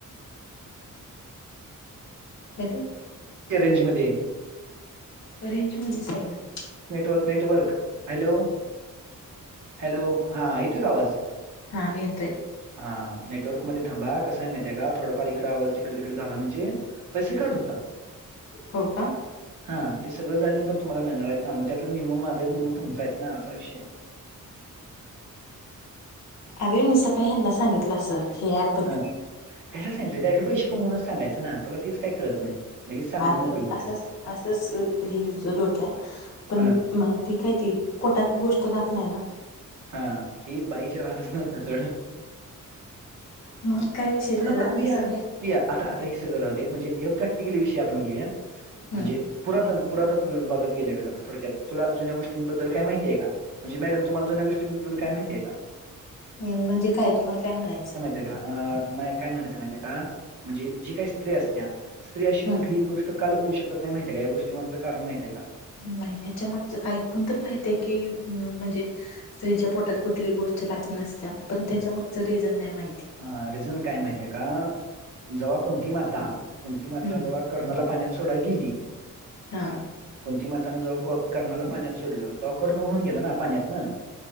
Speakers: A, on the left; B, on the right.
A: हॅलो.
B: रेंजमध्ये ये
A: अ रेंजमध्येच आहे. <unintelligible>
B: नेटवर्क नेटवर्क हॅलो हॅलो हा येतोय का आवाज?
A: हा येतोय.
B: हा नेटवर्क मध्ये थांबा कसा आहे माहितय का थोडाफार इकडं आवाज तिकडे तिकडे झाला म्हणजे पैसे कट होतात.
A: हो का.
B: हा ते सगळं झाल्यानंतर तुम्हाला मिळणार आहेत ना मग त्यातलं निम्म माझा निम्म तुमचा आहेत ना असा विषय आहे.
A: अरे मी सकाळी यांना सांगितलं असं हे ॲप
B: हा कश्याला सांगित डायरेक्ट पैसे कमवूनच सांगायचं ना तुला तेच काय कळत नाही. लगेच सांगून
A: अरे
B: मोकळी होत्यास.
A: असंच असंच हे हेच्या डोक्यात पण
B: हां,
A: मग ती काय ती पोटात गोष्ट राहत नाही ना.
B: हा ती बाईच्या राहतच नसत्या सोड.
A: मग काय विषय झाला
B: तुला म प्रिया
A: मी सकाळी
B: पिया आता ही सगळं राहू दे म्हणेजे एक प्रॅक्टिकली विषय आपण घेऊया.
A: हम्म
B: म्हणजे पुरातन पुरातत्व विभागात गेल्यागत आता थोडक्यात तुला जुन्या गोष्टींबद्दल काय माहितीय आहे का? म्हणजे मॅडम तुम्हाला जुन्या गोष्टींबद्दल काय माहिती आहे का?
A: हम्म म्हणजे काय तुम्हाला काय म्हणायचं?
B: ते का अ माय काय म्हणायचं माहिती आहे का म्हणजे जी काही स्त्री असत्या स्त्री अशी
A: हम्म
B: कुठलीही गोष् लपवू शकत नाही माहितीये का या गोष्टी मागचं कारण माहित आहे का?
A: नाही ह्याच्या मागच ऐकून तर माहित आहे की म्हणजे स्त्रीच्या पोटात कुठली गोष्ट राहत नसत्या पण त्याच्या मागचा रिझन नाही माहिती.
B: हा रिझन काय माहित आहे का जेव्हा कुंती माता कुंती माता
A: हम्म
B: जव्हा कर्णला पाण्या सोडाय गेली
A: हा
B: कुंती माताने जव्हा कर्णाला पाण्यात सोडल तो कर्ण होऊन गेला ना पाण्यातनं